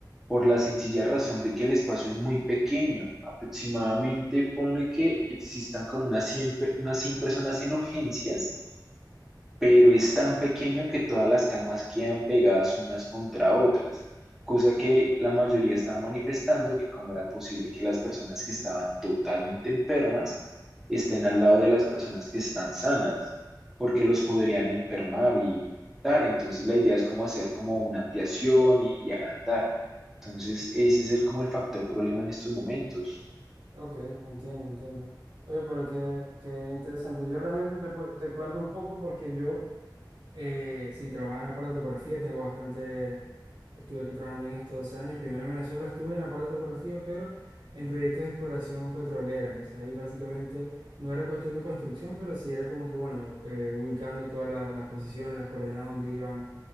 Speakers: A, in the centre; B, on the right.
A: por la sencilla razón de que el espacio es muy pequeño. Aproximadamente, ponle que existan como unas cien pe- unas 100 personas en urgencias pero es tan pequeño que todas las camas quedan pegadas unas contra otras, cosa que la mayoría estaba manifestando que cómo era posible que las personas que estaban totalmente enfermas estén al lado de las personas que están sanas, porque
B: Claro.
A: los podrían enfermar y infectar. Entonces la idea es como hacer como una ampliación y, y agrandar. Entonces ese es el, como el factor problema en estos momentos.
B: Ok, entiendo, entiendo. Oye, pero qué, qué interesante. Yo realmente te, pu- te cuento un poco porque yo, eh, sí, trabajaba en la parte de aparatografía, tengo bastante, estuve aquí trabajando en estos dos años. Primero en Venezuela estuve en la parte de aparatografía, pero en proyectos de exploración petrolera. Entonces ahí básicamente no era cuestión de construcción, pero sí era como que, bueno, eh, ubicando todas la- las posiciones, las coordenadas donde iban